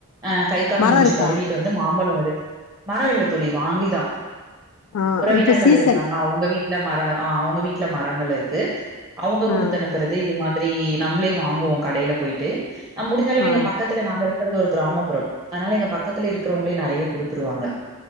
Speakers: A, on the right (about 15°); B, on the left (about 80°).
A: அ கை கால்
B: மரோ
A: மூஞ்சி
B: இருக்கா
A: கழுவிட்டு வ ந்து மாம்பழ எடு மர இல்ல தோழி வாங்கிதா
B: ஆ
A: உறவினர்கள்
B: இப்ப சீசன்
A: இருக்காங்க அவங்க வீ ட்ல மர ஆ அவங்க வீட்ல மரங்கள் இருக்கு அவங்க குடுத்த
B: ஆ
A: அனுப்புற து இது மாதிரி நம்ப்ளே வாங்குவோ கடையில போயிட்டு நம் முடிஞ்சளவு
B: ஆ
A: இங்க பக்கத்துல நாங்க இருக் குறது ஒரு கிராமப்புறோ அனால எங்க பக்கத்துல இருக்கிறவங்களே நறைய குடுத்துருவாங்க